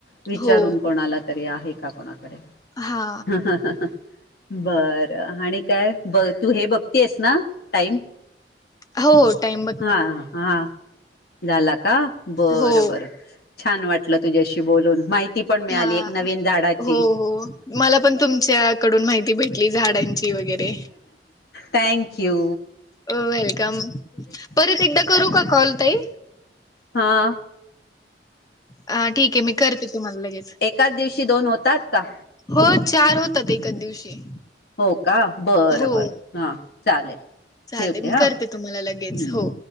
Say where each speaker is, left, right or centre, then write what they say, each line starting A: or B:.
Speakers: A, on the left; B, on the left.
A: विचारून
B: हो
A: कोणाला तरी आहे का कोणाकड
B: हा
A: बर आणि काय ब तू हे बघती आहेसना टाईम?
B: हो टाईम
A: हा, हा, झाला का बर,
B: हो
A: बर. छान वाटलं तुझ्याशी बोलून माहिती पण मिळाली
B: हा
A: एक नवीन झाडाची.
B: हो हो मला पण तुमच्याकडून माहिती भेटली झाडांची. वगैरे
A: थँक्यू.
B: अ वेलकम परत एकदा करू का कॉल ताई?
A: हा.
B: हा ठीक आहे मी करते तुम्हाला लगेच.
A: त्याच दिवशी दोन होतात का?
B: हो चार होतात एकाच दिवशी.
A: हो का बरं
B: हो
A: बरं हा चालेल
B: चाले
A: ठेवते
B: मी
A: हा
B: करते तुम्हाला लगेच
A: हम्म
B: हो.